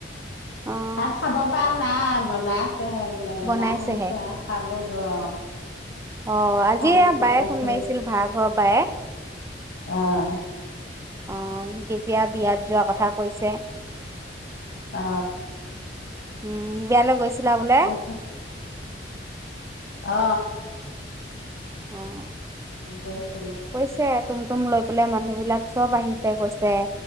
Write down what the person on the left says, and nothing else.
ভাত খাব পাৰ নাই, বনা ছেহে বোলে, বনাই
হৈছে আৰু খাব অ
খাম
বুলি
কৈছে
অহ।
অ।
তাৰপিছত অ।
গছ